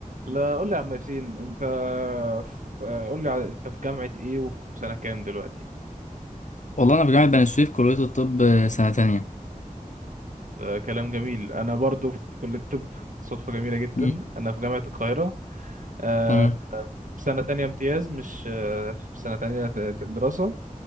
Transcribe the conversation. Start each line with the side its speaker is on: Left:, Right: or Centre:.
Right: لا قول لي يا عم ياسين انت في... قول لي على- انت في جامعة ايه وفي سنة كام دلوقتي
Left: والله انا في جامعه بني سويف كليه الطب سنه تانية
Right: آه كلام جميل انا برضو في كلية الطب صدفة جميلة جدا
Left: مم.
Right: انا في جامعة القاهرة آه
Left: تمام
Right: في سنة تانية امتياز مش آه في سنة تانية ت- ت- دراسة